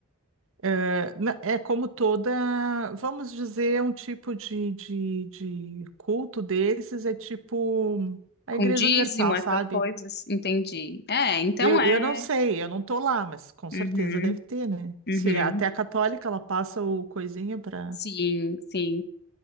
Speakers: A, on the right; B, on the left.
A: É, na- é como toda, vamos dizer, um tipo de, de, de culto desses, é tipo a
B: Com
A: Igreja
B: dízimo,
A: Universal,
B: essas
A: sabe?
B: coisas, entendi. É, então
A: Eu, eu
B: é.
A: não sei, eu não tô lá, mas com certeza
B: Uhum,
A: deve ter, né?
B: uhum.
A: Se até a católica ela passa o coisinha para,
B: Sim, sim.